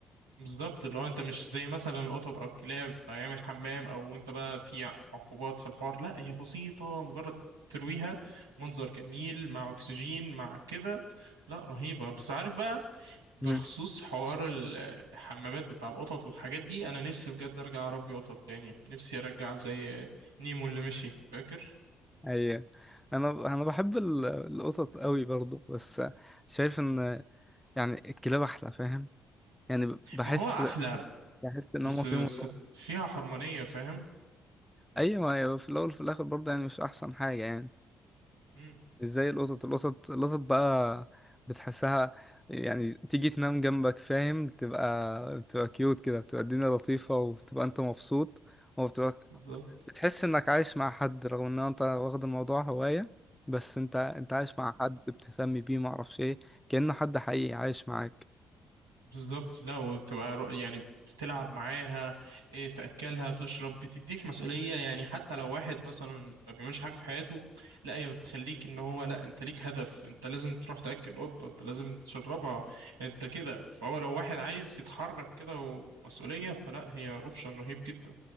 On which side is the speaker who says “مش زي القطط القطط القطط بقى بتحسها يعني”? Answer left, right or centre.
Centre